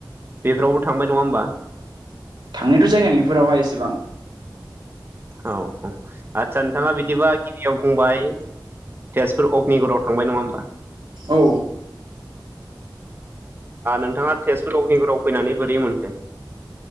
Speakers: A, on the right; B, on the right.
A: बेफोरावबो थांबाय नङा होमबा?
B: थांनायथ' जायाखै बेफोरावहाय एसेबां।
A: औ औ आत नोंथाङा बिदिबा गिबियाव फंबाय तेजपुर अग्निगरआव थांबाय, नङा होमबा?
B: औ
A: नोंथाङा तेजपुर अग्निगरआव। फैनानै बोरै मोनखो।